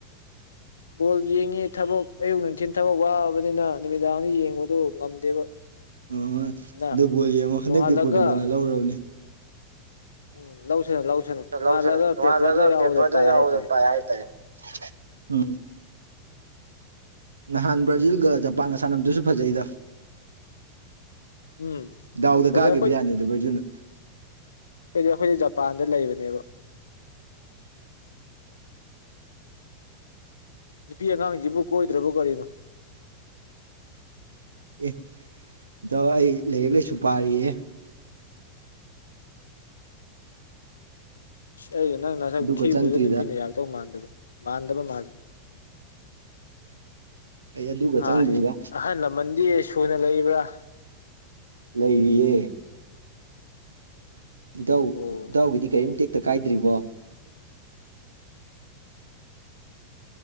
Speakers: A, on the left; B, on the right.
A: ꯕꯣꯜ ꯌꯦꯡꯉꯤ ꯊꯕꯛ ꯑꯌꯨꯛ ꯅꯨꯡꯊꯤꯜ ꯊꯕꯛ ꯋꯥꯕꯅꯤꯅ ꯅꯨꯃꯤꯗꯥꯡꯅꯤ ꯌꯦꯡꯕꯗꯨ ꯉꯝꯗꯦꯕ
B: ꯑ
A: ꯑꯗꯨꯅ
B: ꯑꯗꯨ ꯕꯣꯂꯤ ꯑꯃꯨꯛ ꯍꯟꯗꯛꯇꯤ
A: ꯅꯣꯡꯉꯥꯜꯂꯒ
B: ꯄꯣꯔꯇꯨꯀꯜꯅ ꯂꯧꯔꯕꯅꯦ
A: ꯎꯝ ꯂꯧꯁꯅꯨ ꯂꯧꯁꯅꯨ ꯅꯉꯜꯂꯒ
B: ꯂꯧꯁꯅꯨ ꯅꯣꯡꯉꯥꯜꯂꯒ
A: ꯄꯦꯄꯔꯗ ꯌꯥꯎꯗ
B: ꯄꯦꯄꯔꯗ
A: ꯄꯥꯏ
B: ꯌꯥꯎꯕꯗꯣ
A: ꯍꯥꯏ ꯇꯔꯦ
B: ꯄꯥꯏ ꯍꯥꯏꯇꯥꯔꯦ ꯎꯝ ꯅꯍꯥꯟ ꯕ꯭ꯔꯥꯖꯤꯜꯒ ꯖꯄꯥꯟꯒ ꯁꯥꯟꯅꯕꯗꯨꯁꯨ ꯐꯖꯩꯗ
A: ꯎꯝ
B: ꯗꯥꯎꯗ
A: ꯐꯖꯩ
B: ꯀꯥꯈꯤꯕ ꯌꯥꯅꯤꯗ ꯕꯔꯖꯨꯅ
A: ꯑꯩꯣꯏꯗꯤ ꯑꯩꯈꯣꯏꯗꯤ ꯖꯄꯥꯟꯗ ꯂꯩꯕꯅꯦꯕ ꯅꯨꯄꯤ ꯑꯉꯥꯡꯁꯤꯕꯨ ꯀꯣꯏꯗ꯭ꯔꯕꯨ ꯀꯔꯤꯅꯣ
B: ꯑꯦ ꯏꯇꯧ ꯑꯩ ꯂꯥꯏꯔꯤꯛ ꯂꯥꯏꯁꯨ ꯄꯥꯔꯤꯌꯦ
A: ꯑꯩꯁꯨꯣ ꯅꯪ ꯅꯁꯛ
B: ꯑꯗꯨꯒ
A: ꯊꯤꯕꯗꯨꯗ
B: ꯆꯪꯗ꯭ꯔꯤꯗ
A: ꯅꯨꯄꯤꯅ ꯌꯥꯔꯛꯇꯧ ꯃꯥꯟꯗꯕ ꯃꯥꯟꯗꯕ ꯃꯥꯜꯜꯂꯤꯦ
B: ꯑꯩ ꯑꯗꯨꯒ ꯆꯪꯗ꯭ꯔꯤꯗ
A: ꯑ ꯑꯍꯜ ꯂꯃꯟꯗꯤ ꯁꯨꯅ ꯂꯩꯕ꯭ꯔꯥ
B: ꯂꯩꯔꯤꯌꯦ ꯏꯙꯧ
A: ꯑꯣ
B: ꯏꯙꯧꯒꯤꯗꯤ ꯀꯔꯤꯝ ꯇꯦꯛꯇ ꯀꯥꯏꯗ꯭ꯔꯤꯀꯣ